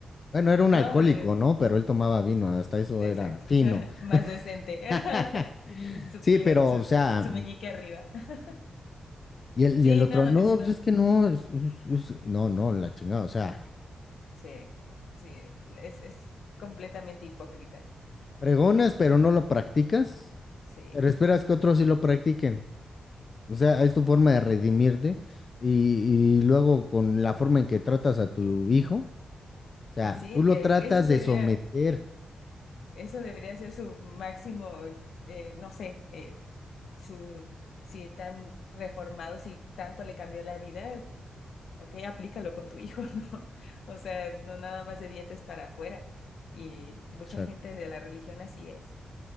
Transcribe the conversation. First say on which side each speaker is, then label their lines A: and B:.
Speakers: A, on the left; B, on the left.
A: Bueno, era un
B: No,
A: alcohólico,
B: eh,
A: ¿no? Pero él tomaba vino, hasta eso
B: exacto.
A: era fino.
B: <laughs> Más decente.
A: <laughs>
B: <laughs> Su
A: Sí,
B: pulgar,
A: pero,
B: su,
A: o sea,
B: su meñique arriba. <laughs>
A: y el,
B: Sí,
A: y el otro,
B: no,
A: no,
B: es una,
A: pues es que no, es- es- es- no, no, la chingada, o sea,
B: sí, sí, es, es completamente hipócrita.
A: pregonas,
B: Y
A: pero no lo practicas,
B: sí,
A: pero esperas que otros sí lo practiquen. O sea, es tu forma de redimirte y, y luego con la forma en que tratas a tu hijo. sea,
B: sí,
A: tú lo
B: que,
A: tratas
B: que eso sería.
A: de someter.
B: Eso debería ser su máximo, eh, no sé, eh, su, si tan reformado, si tanto le cambió la vida, ok, aplícalo con tu hijo, <laughs> ¿no? O sea, no nada más de dientes para afuera. Y mucha
A: Exacto.
B: gente de la religión así es,